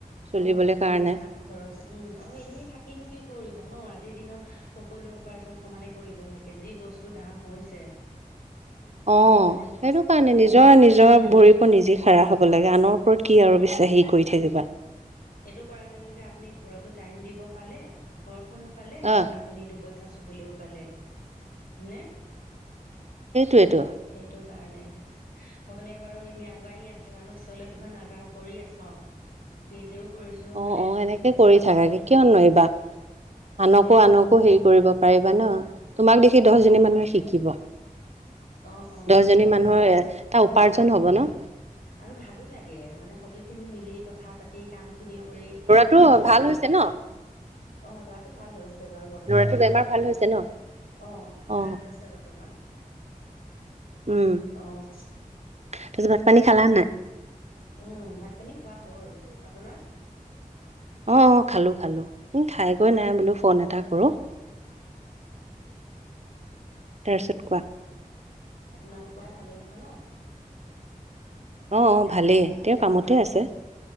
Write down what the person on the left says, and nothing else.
অ নিজেও
এতে হাত খৰচ, উম আৰু এনেই থাকিনো কি কৰিব ন আজিৰ দিনত সকলোৱে উপাৰ্জন সমানে কৰিব লাগে, যি বস্তুৰ দাম হৈছে
সেইটো কাৰণে
কাৰ
উম
অ
এইটো কৰাৰ লগে লগে আপুনি ঘৰতো টাইম দিব পালে ঘৰখনো পালে,
আপুনি দুপইচা চুবলৈও পালে, হয় নে?
সেইতো কাৰণে। ভগৱানে বাৰু এনেই আগুৱাই় নি আছে জানো পিছলৈ কি হয় নাযানো কৰি আছোঁ আৰু। নিজেও কৰিছো‍ঁ
বেলেগকো
দেখাইছোঁ।
উম
অ অ
সেইটো হয়
বাৰু
আৰু ভালো লাগে, মানে সকলোখিনি মিলি, কথা পাতি কামখিনি কৰি।
অহ, ল'ৰাটো ভাল হৈছে। বেমাৰ বৰ্তমান
এতিয়া,
অহ
ভাল হৈছে বৰ্তমান।
অহ।
উম, ভাত পানী খোৱা হ'ল। আপোনাৰ?
আপোনালোকৰ ভালেই নহয় ন?
দাদাও
বোলো
নহয়